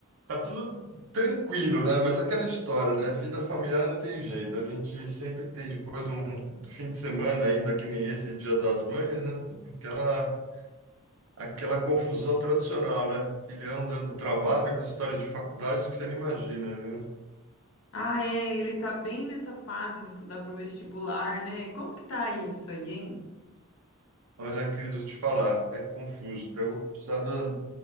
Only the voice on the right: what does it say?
Tá tudo tranquilo, né? Mas aquela história, né? Vida familiar não tem jeito. A gente sempre tem, depois de um do fim de semana ainda, que nem esse Dia das Mães, né? Aquela, aquela confusão tradicional, né? Filhão dando trabalho com essa história de faculdade que você não imagina, viu?
Olha, Cris, eu vou te falar, é confuso. Então, eu vou precisar da,